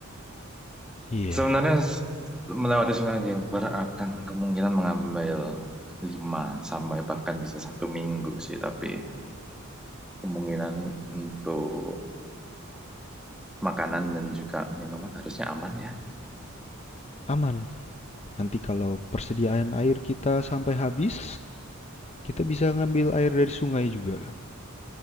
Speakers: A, on the left (about 30°); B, in the centre.
A: Iya,
B: Sebenarnya
A: yeah,
B: s- melewati Sungai Gilbert akan kemungkinan mengambil 5 sampai bahkan bisa satu minggu sih, tapi kemungkinan untuk makanan dan juga minuman harusnya aman ya.
A: aman. Nanti kalau persediaan air kita sampai habis, kita bisa ngambil air dari sungai juga.